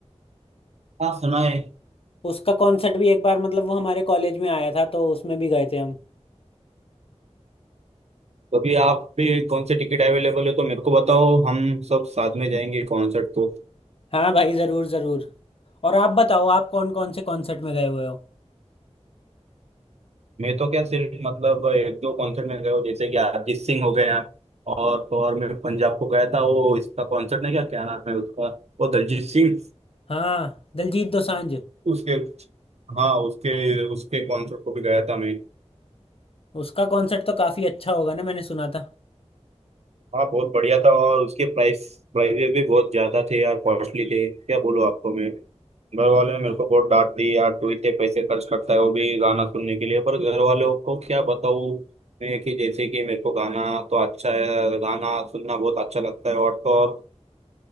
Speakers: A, on the right (about 65°); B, on the left (about 55°).
A: हाँ, सुना है
B: उसका कॉन्सर्ट भी एक बार मतलब वो हमारे कॉलेज में आया था तो उसमें भी गए थे हम
A: कभी आप भी कौन से टिकट अवेलेबल है तो मेरे को बताओ हम सब साथ में जाएंगे कॉन्सर्ट को
B: हाँ भाई ज़रूर ज़रूर और आप बताओ आप कौन कौन से कॉन्सर्ट में गए हुए हो
A: मैं तो क्या सिर्फ मतलब एक दो कॉन्सर्ट में गया हूँ जैसे कि अरिजीत सिंह हो गया और तो और मैं पंजाब को गया था वो इसका कॉन्सर्ट नहीं क्या क्या नाम है उसका वो दलजीत सिंह
B: हाँ दिलजीत दोसांझ
A: उसके हाँ उसके उसके कॉन्सर्ट को भी गया था मैं
B: उसका कॉन्सर्ट तो काफ़ी अच्छा होगा ना मैंने सुना था
A: हाँ बहुत बढ़िया था और उसके प्राइस प्राइजेस भी बहुत ज्यादा थे यार कॉस्टली थे क्या बोलो आपको मैं घर वालों
B: हाँ।
A: ने मेरे को बहुत डांट दी यार तू इतने पैसे खर्च करता है वो भी गाना सुनने के लिए पर घर वालों को क्या बताऊँ मैं कि जैसे कि मेरे को गाना तो अच्छा है गाना सुनना बहुत अच्छा लगता है और तो और